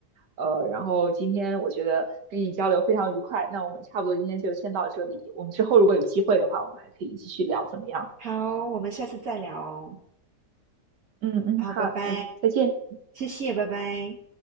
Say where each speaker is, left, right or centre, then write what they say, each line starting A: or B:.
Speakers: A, on the right (about 85°); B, on the right (about 60°).
A: 呃，然后今天我觉得跟你交流非常愉快。那我们差不多今天就先到这里。我们之后如果有机会的话，我们还可以继续聊，怎么样？
B: 好，我们下次再聊哦。
A: 嗯嗯，
B: 好，
A: 好，
B: 拜拜，
A: 那再见。
B: 谢谢，拜拜。